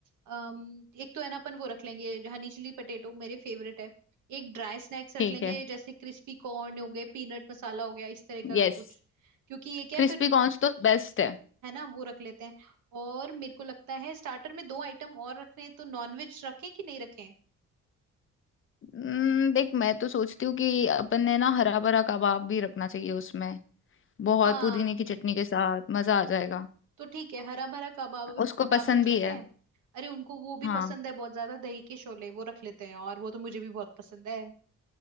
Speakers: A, on the right (about 80°); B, on the left (about 45°).
A: अम, एक तो है ना अपन वो रख लेंगे हनी चिली पटेटो मेरे फेवरेट है एक ड्राई स्नैक्स रख
B: ठीक
A: लेंगे
B: है
A: जैसे क्रिस्पी कॉर्न हो गए पीनट मसाला हो गया इस तरह का
B: यस
A: कुछ क्योंकि ये क्या
B: क्रिस्पी
A: है फिर
B: कॉर्न्स तो बेस्ट है
A: है ना वो रख लेते हैं और मेरे को लगता है स्टार्टर में दो आइटम और रखने हैं, तो नॉनवेज रखें कि नहीं रखें
B: हम्म, देख मैं तो सोचती हूँ कि अपन ने ना हरा भरा कबाब भी रखना चाहिए उसमें बहुत
A: हाँ
B: पुदीने की चटनी के साथ मजा आ जाएगा
A: तो ठीक है हरा भरा कबाब
B: उसको
A: कबाब
B: पसंद
A: रख
B: भी
A: लेते
B: है
A: हैं अरे उनको वो भी
B: हाँ
A: पसंद है बहुत ज्यादा दही के शोले वो रख लेते हैं और वो तो मुझे भी बहुत पसंद है